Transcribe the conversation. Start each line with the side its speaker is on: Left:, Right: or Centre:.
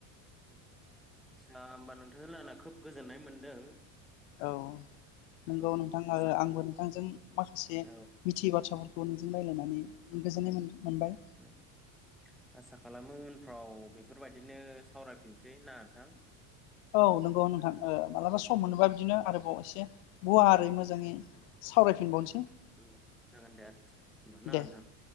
Centre: <unintelligible> होमबा नोंथांजों रायलायना खोब गोजोननाय मोनदों।
Left: औ
Centre: औ
Left: नंगौ नोंथां
Centre: आसा
Left: आरो आंबो नोंथांजों माखासे
Centre: औ
Left: मिथियै बाथ्राफोरख बुन जों रायलायनानै गोजोननाय
Centre: औ
Left: मोन-मोनबाय।
Centre: उम आसा खालामो उनफ्राव बेफोरबायदिनो सावरायफिनसै ना नोंथां?
Left: औ नंगौ नोंथां ओ मालाबा सम मोनोबा बिदिनो आरोबाव एसे गुवारै
Centre: औ
Left: मोजाङै सावरायफिनबावनोस
Centre: उम जागोन दे आदसा होमबा ना
Left: दे
Centre: नोंथां